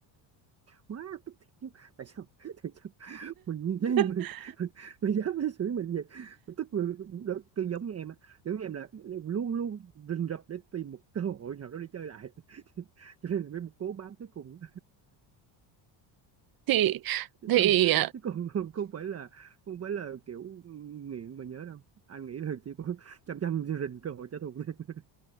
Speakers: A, on the right; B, on the right.
A: má <laughs> tức thiệt chứ tại sao tại sao mình như thế mình
B: <laughs>
A: mình <laughs> dám đối xử mình vậy Mình tức là đó, cái giống như em á giống như em là luôn luôn rình rập để tìm một cơ hội nào đó để chơi lại <laughs> cho nên là mới cố bám tới cùng
B: thì
A: chứ
B: thì
A: còn chứ còn <laughs> không phải là không phải là kiểu ừ, nghiện mà nhớ đâu anh nghĩ là chỉ có chăm chăm rình cơ hội trả thù thôi <laughs>